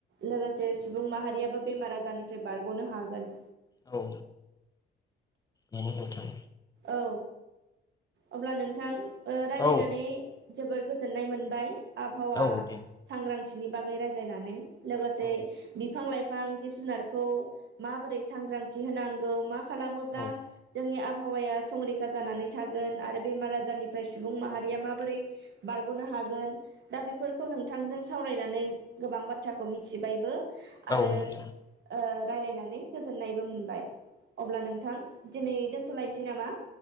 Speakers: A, on the right; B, on the left.
A: लोगोसे सुबुं माहारियाबो बेमार आजारनिफ्राय बारग'नो हागोन।
B: औ नंगौ नोंथां
A: औ अब्ला नोंथां ओ रायलायनानै
B: औ
A: जोबोर गोजोननाय मोनबाय आबहावा
B: औ दे औ
A: सांग्रांथिनि बागै रायज्लायनानै। लोगोसे
B: औ
A: बिफां लाइफां जिब जुनारखौ माबोरै सांग्रांथि होनांगौ मा खालामोब्ला
B: औ
A: जोंनि आबहावाया संरैखा जानानै थागोन आरो बेमार आजारनिफ्राय सुबुं माहारिया माबोरै बारग'नो हागोन दा बेफोरखौ नोंथांजों सावरायनानै गोबां बाथ्राखौ मिथिबायबो
B: नोंथां
A: आरो
B: औ नोंथां
A: ओ रायलायनानै गोजोननायबो मोनबाय अब्ला नोंथां दिनै दोन्थ'लायनोसै नामा?